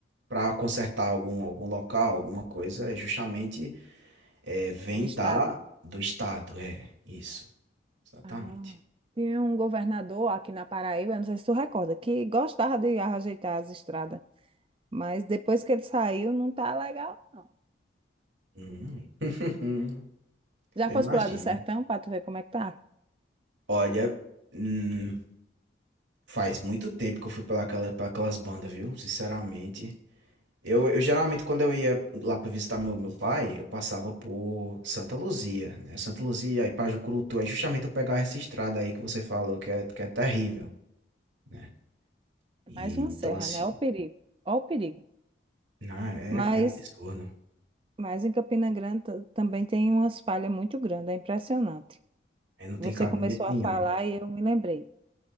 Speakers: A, on the right; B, on the right.
A: para consertar algum, algum local, alguma coisa, é justamente é, vem
B: o estado.
A: da, do estado, é, isso, exatamente.
B: Ah, tinha um governador aqui na Paraíba, não sei se tu recorda, que gostava de ajeitar as estradas, mas depois que ele saiu, não tá legal, não.
A: Hum. <laughs>
B: Já
A: Eu
B: fosse
A: imagino.
B: pro lado do sertão para tu ver como é que tá?
A: Olha. hum, Faz muito tempo que eu fui para aquela, pra aquelas bandas, viu? Sinceramente. Eu, eu geralmente, quando eu ia lá para visitar meu, meu pai, eu passava por Santa Luzia, né? Santa Luzia, aí para Jucurutu. Aí justamente eu pegava essa estrada aí que você falou, que é, que é terrível, né? E,
B: É mais uma
A: então,
B: serra,
A: assim,
B: né? Ó o perigo, ó o perigo.
A: não, é,
B: Mas,
A: é absurdo.
B: mas em Campina Grande ta- também tem umas falhas muito grandes, é impressionante.
A: É, não tem
B: Você
A: cabimento
B: começou
A: nenhum.
B: a falar e eu me lembrei.